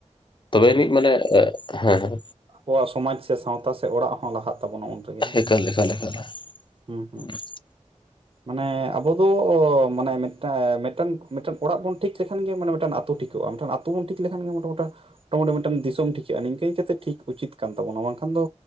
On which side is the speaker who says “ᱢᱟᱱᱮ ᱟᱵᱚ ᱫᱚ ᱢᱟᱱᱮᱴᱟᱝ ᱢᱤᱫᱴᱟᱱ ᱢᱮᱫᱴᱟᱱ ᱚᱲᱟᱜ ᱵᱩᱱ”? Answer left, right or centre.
Right